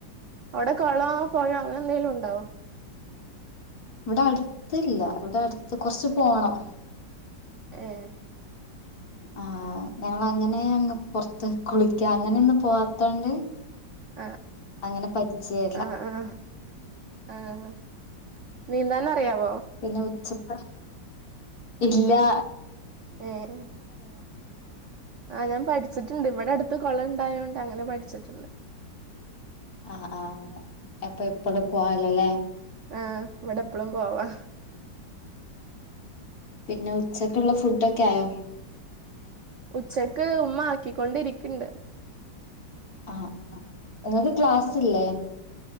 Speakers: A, on the right; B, on the left.
A: അവിടെ കുളോ പൊഴൊ അങ്ങനെ എന്തെലും ഉണ്ടാവോ
B: ഇവിടെ അടുത്ത് ഇല്ല ഇവിടെ അടുത്ത് കൊറച്ച് പോണം
A: ഏഹ്
B: ആഹ് ഞങ്ങള് അങ്ങനെ അങ്ങ് പൊർത്ത് കുളിക്കാന് അങ്ങനെയൊന്നും പോവാത്തോണ്ട്
A: ആഹ്
B: അങ്ങനെ പഠിച്ച്-
A: ആഹ് ആഹ് ആഹ് നീന്താൻ അറിയാവോ..
B: പിന്നെ ഉച്ചഭക്ഷണം ഇല്ലാ
A: ഏയെ ആഹ് ഞാൻ പഠിച്ചിട്ടുണ്ട് ഇവിടെ അടുത്ത് കൊളം ഉണ്ടായതോണ്ട് അങ്ങനെ പഠിച്ചിട്ടുണ്ട്
B: ആ ആഹ അപ്പൊ എപ്പഴും പോവാലോല്ലേ..
A: ആഹ് ഇവിടെ എപ്പളും പോവാ
B: പിന്നെ ഉച്ചയ്ക്കുള്ള ഫുഡൊക്കെ ആയോ
A: ഉച്ചക്ക് ഉമ്മ ആക്കിക്കൊണ്ടിരിക്ക്ണ്ട്..
B: ആഹ് ആഹ് നിങ്ങക്ക് ക്ലാസ്സ്ല്ലേ